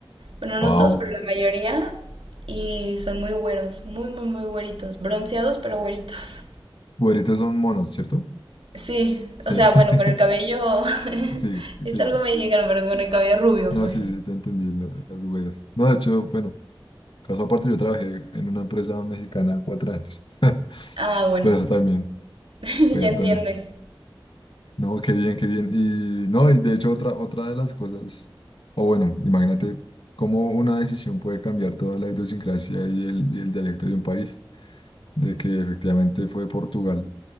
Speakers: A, on the right (about 90°); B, on the left (about 65°).
A: bueno,
B: Wow.
A: no todos, pero la mayoría, y son muy güeros, muy, muy, muy güeritos, bronceados, pero güeritos.
B: Güeritos son monos, ¿cierto?
A: Sí,
B: Sí.
A: o sea, bueno,
B: <laughs>
A: con el cabello, <laughs>
B: Sí, sí.
A: es algo mexicano, pero con el cabello rubio,
B: No,
A: pues.
B: sí, sí, te entendí, la- las güeras. No, de hecho, bueno, caso aparte, yo trabajé en una empresa mexicana cuatro años. <laughs>
A: Ah, bueno,
B: Es por eso también,
A: <laughs>
B: fui
A: ya
B: harto
A: entiendes.
B: a México. No, qué bien, qué bien. Y no, y de hecho, otra, otra de las cosas, o bueno, imagínate cómo una decisión puede cambiar toda la idiosincrasia y el, y el dialecto de un país, de que efectivamente fue Portugal